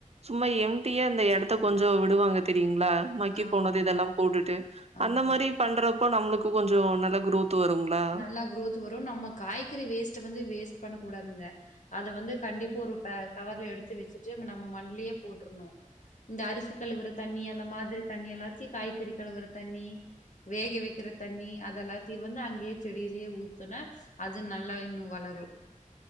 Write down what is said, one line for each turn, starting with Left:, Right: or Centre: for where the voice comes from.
Right: சும்மா எம்டிய அந்த இடத்த கொஞ்ச விடு வாங்க தெரியுங் மக்கி
Left: ஆமா
Right: போனது இதெல்லா போட்டுட்டு
Left: ஆமா
Right: அந்த மாரி பண்றப்ப நம்மளுக்கு கொஞ்ச நல்ல குரோத் வருங்களா
Left: நல்லா குரோத் வரு நம்ம காய்கறி வேஸ்ட் வந்து வேஸ்ட் பண்ணக்கூடாதுங்க அத வந்து கண்டிப்பா ஒரு கவர்ல எடுத்து வச்சுட்டு நம்ம மண்லையே போற்றனு இந்த அரிசி கழுவுற தண்ணி அந்த மாதிரி தண்ணி எல்லாத்தையு காய்கறி கழுவுற தண்ணி வேக வக்கிற தண்ணி அதெல்லாத்தையு வந்து அங்கேயே செடியிலே ஊத்துனா அது நல்லா இன்னு வளரு